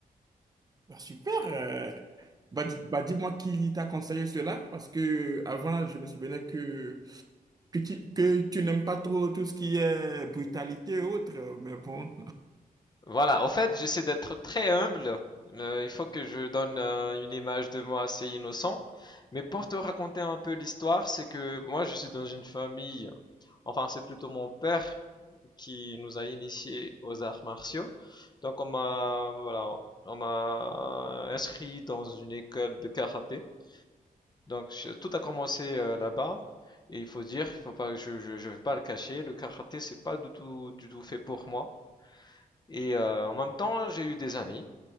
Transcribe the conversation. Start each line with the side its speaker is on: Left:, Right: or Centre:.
Right: bah super. euh, bah, di- bah dis-moi qui t'a conseillé cela, parce que avant je me souvenais que que tu, que tu n'aimes pas trop tout ce qui est brutalité et autres, mais bon.
Left: Voilà, en fait, j'essaie d'être très humble. Euh, il faut que je donne euh, une image de moi assez innocent. Mais pour te raconter un peu l'histoire, c'est que moi, je suis dans une famille, enfin, c'est plutôt mon père qui nous a initiés aux arts martiaux. Donc, on m'a, voilà, on m'a inscrit dans une école de karaté. Donc, je- tout a commencé euh, là-bas. Et il faut dire, il faut pas, je, je, je vais pas le cacher, le karaté, c'est pas du tout, du tout fait pour moi. Et euh, en même temps, j'ai eu des amis